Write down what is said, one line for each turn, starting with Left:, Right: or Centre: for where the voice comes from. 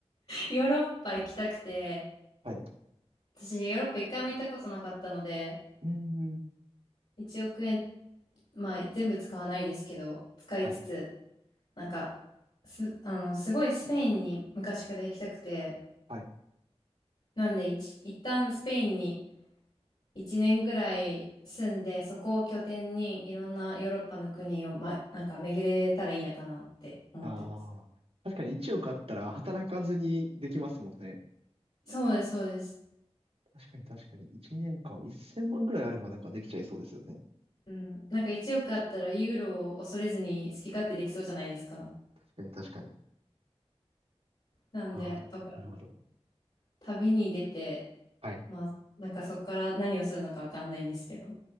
Left: ヨーロッパ行きたくて、
Right: はい。う
Left: 私ヨーロッパ一回も行ったことなかったので、
Right: ーん。
Left: 1億円、まあ全部使わないですけど、使いつつ、
Right: はい。
Left: なんか、す、あの、すごいスペインに昔から行きたくて、
Right: はい
Left: なんで一、一旦スペインに1年ぐらい住んで、そこを拠点にいろんなヨーロッパの国を、ま、なんか巡れたらいいなかなって思ってます。
Right: ああ。確かに1億あったら働かずにできますもんね。
Left: そうです、そうです。
Right: 確かに確かに。1年間1000万ぐらいあればなんかできちゃいそうですよね。
Left: うん、なんか1億あったらユーロを恐れずに好き勝手できそうじゃないですか。
Right: 確かに確かに。
Left: なんで、
Right: ああ、
Left: だから
Right: なるほど。
Left: 旅に出て、
Right: はい。
Left: まあ、なんかそこから何をするのかわかんないんですけど。